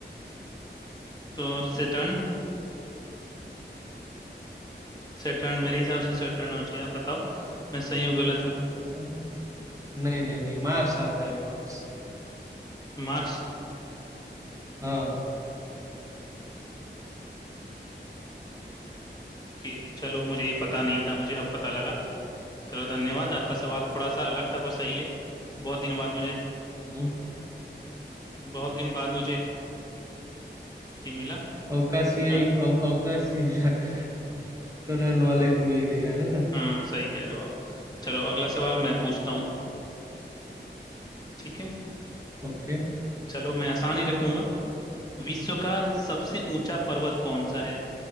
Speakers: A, on the left; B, on the right.
A: तो सेटर्न सेटर्न मेरे हिसाब से सेटर्न हो चाहिए आप बताओ मैं सही हूँ गलत हूँ
B: हाँ नहीं नहीं नहीं मार्स आता है मार्स
A: मार्स
B: हाँ
A: की चलो मुझे ये पता नहीं था मुझे अब पता लगा चलो धन्यवाद आपका सवाल थोड़ा सा अलग था पर सही है बहुत दिन बाद मुझे
B: हम्म,
A: बहुत दिन बाद मुझे ये मिला
B: अवकाशीय
A: जा-
B: अव- अवकाशीय <laughs> थोड़ा नॉलेज मिल गया है ना
A: हाँ सही कह रहे हो आप चलो अगला सवाल मैं पूछता हूँ ठीक है
B: ओके
A: चलो मैं आसान ही रखूंगा विश्व का सबसे ऊंचा पर्वत कौन सा है